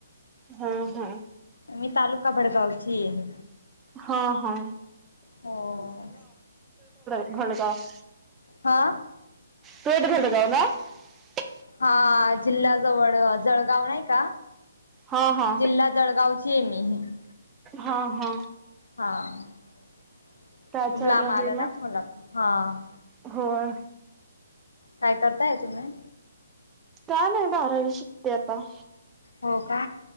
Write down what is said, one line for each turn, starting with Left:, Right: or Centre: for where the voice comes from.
Right: हा हा
Left: मी तालुका भडगावची आहे.
Right: हा हा
Left: हो-
Right: घडगाव-
Left: हा.
Right: तू तर <unintelligible>
Left: हा जिल्हाजवळ जळगाव नाही का?
Right: हा हा
Left: जिल्हा जळगावची आहे मी. अह <inaudible>
Right: हा हा.
Left: हा. <inaudible>
Right: काय
Left: खूप
Right: चालू
Left: लाब आला
Right: आहे मग?
Left: ना खोला हा-
Right: होय
Left: काय करताय तुम्ही?
Right: का नाही बारावी शिकते आता-
Left: हो का?